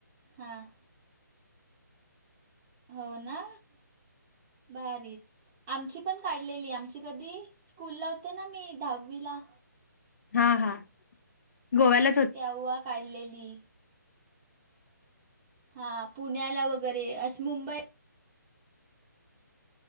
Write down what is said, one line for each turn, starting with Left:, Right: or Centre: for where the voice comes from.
Right: हां. हो ना बारीच आमची. पण काढलेली आमची कधी स्कूल लावते ना मी दहावीला.
Left: हा हा गोव्याला.
Right: तेव्हा. काढलेली हा पुण्याला वगैरे अशी मुंबई.